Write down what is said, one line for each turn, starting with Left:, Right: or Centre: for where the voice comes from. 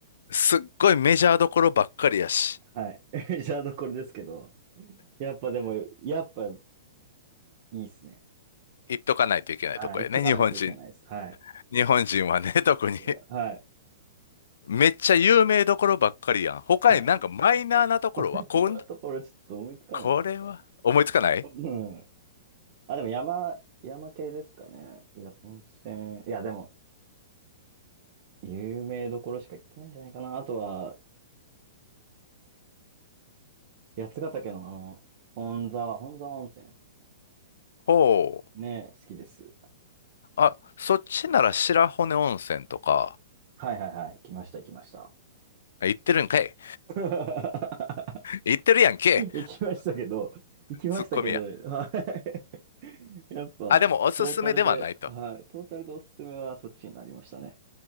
Left: すっごいメジャーどころばっかりやし、
Right: はい。<laughs> メジャーどころですけど、やっぱでも、やっぱいいっすね。
Left: 行っとかないといけないとこやね、
Right: はい。行っとかないといけないです。
Left: 日本人。
Right: はい。
Left: 日本人はね、<laughs> 特に。
Right: でははい。
Left: めっちゃ有名どころばっかりやん。他になんかマイナーなところは、
Right: はい。<laughs> マイナーなところちょっと思いつかないな。
Left: こん、これは、思いつかない
Right: うん。あ、でも山、山系ですかね。いや、温泉。いや、でも、有名どころしか行ってないんじゃないかな。あとは、八ヶ岳のあの、本沢、本沢温泉。
Left: ほう。
Right: ね、好きです。
Left: あ、そっちなら白骨温泉とか、
Right: はいはいはい。来ました、行きました。
Left: あ行ってるんかい。
Right: <laughs>
Left: 行ってるやんけ。
Right: 行きましたけど、行きましたけど、
Left: ツッコミや。
Right: はい。<laughs> やっぱ、
Left: あ、でもおすすめではないと。
Right: トータルで、はい。トータルでおすすめはそっちになりましたね。